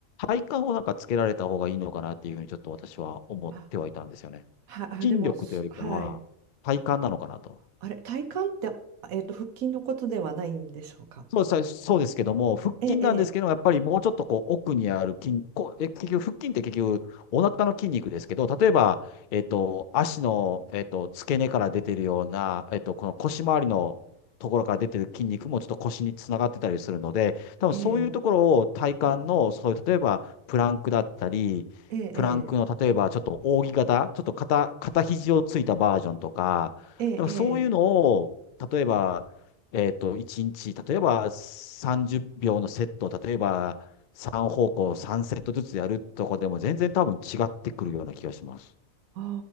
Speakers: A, on the left; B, on the right.
A: 体幹をなんかつけられた方がいいのかなっていうふうにちょっと私は思ってはいたんですよね。
B: あ、は、あ、
A: 筋力というよりかは、
B: でも、すはい。
A: 体幹なのかなと。
B: あれ、体幹って、えっと、腹筋のことではないんでしょうか。
A: そうさ、そうですけども、腹筋なんですけども、
B: ええ
A: やっぱりもうちょっとこう奥にある筋、こう、え、結局、腹筋って結局、お腹の筋肉ですけど、例えば、えっと、足の、えっと、付け根から出てるような、えっと、この腰回りのところから出てる筋肉もちょっと腰につながってたりするので、多分そういうところを体幹の、
B: えええ
A: そういう、例えば、プランクだったり、
B: え
A: プランクの、例えば、ちょっと扇形、ちょっと肩、肩肘をついたバージョンとか、
B: ええええ
A: なんかそういうのを、例えば、えっと、1日、例えば30秒のセットを、例えば3方向3セットずつやるとかでも全然多分違ってくるような気がします。
B: あ